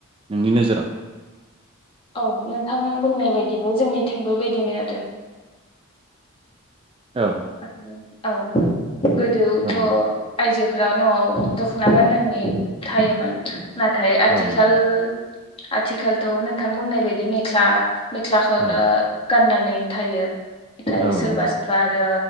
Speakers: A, on the right; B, on the left.
A: नोंनि नोजोराव
B: औ नोंथां बुंनाय बायदिनो जोंनिथिंबो बिदिनो आरो
A: औ
B: <unintelligible> औ गोदोथ'
A: औ
B: आयजोफ्रा न'आव दख'ना गाननानै थायोमोन नाथाय आथिखाल
A: औ नंगौ
B: आथिखालथ' नोंथां बुंनाय बायदि मेख्ला मेख्लाखौनो
A: औ
B: गानना नै थायो नाथाय
A: औ
B: सोरबा
A: नंगौ
B: सोरबा आरो